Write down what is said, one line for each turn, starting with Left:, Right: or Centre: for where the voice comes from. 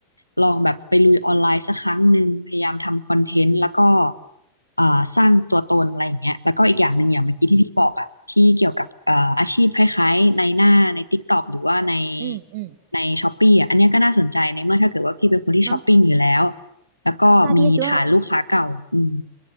Left: ลองแบบไปลุยออนไลน์สักครั้งหนึ่งพยายามทำคอนเทนต์แล้วก็อ่าสร้างตัวตนอะไรอย่างเงี้ยแล้วก็อีกอย่างหนึ่งอย่างเมื่อกี้ที่พี่บอกอะที่เกี่ยวกับเอ่ออาชีพคล้ายๆในหน้าใน TikTok หรือว่าใน
Right: อืมอืม
Left: ใน Shopee อะอันเนี้ยก็น่าสนใจในเมื่อถ้าเกิดว่าพี่เป็นคนที่ช้อปปิ้งอยู่แล้ว
Right: เนาะ
Left: แล้วก็มีฐานลูกค้าเก่าอืม
Right: ใช่พี่ก็คิดว่า